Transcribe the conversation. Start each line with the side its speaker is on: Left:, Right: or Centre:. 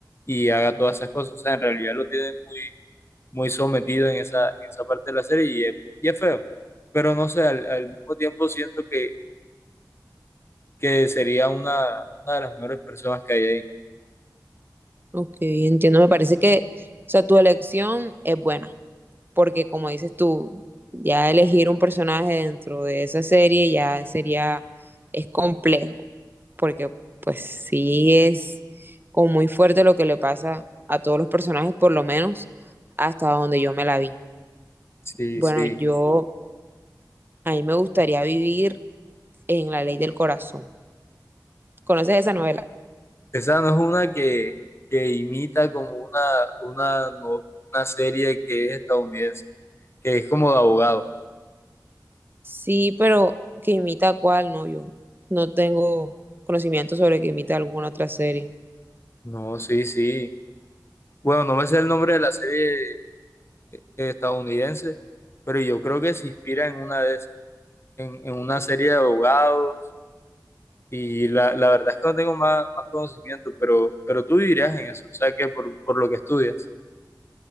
Left: y haga todas esas cosas. O sea, en realidad lo tienen muy, muy sometido en esa, en esa parte de la serie y es, y es feo. Pero no sé, al, al mismo tiempo siento que, que sería una, una de las mejores personas que hay ahí.
Right: Ok, entiendo, me parece que, o sea, tu elección es buena. porque como dices tú, ya elegir un personaje dentro de esa serie ya sería, es complejo, porque pues sí es como muy fuerte lo que le pasa a todos los personajes, por lo menos hasta donde yo me la vi.
Left: Sí,
Right: Bueno,
Left: sí.
Right: yo, a mí me gustaría vivir en La Ley del Corazón. ¿Conoces esa novela?
Left: Esa no es una que, que imita como una, una, no- una serie que es estadounidense, que es como de abogado.
Right: Sí, pero que imita a cuál, no, yo no tengo conocimiento sobre que imita alguna otra serie.
Left: No, sí, sí. Bueno, no me sé el nombre de la serie eh, eh, estadounidense, pero yo creo que se inspira en una de esas, en, en una serie de abogados. Y la, la verdad es que no tengo más, más conocimiento, pero, pero tú vivirías en eso, o sea que por, por lo que estudias.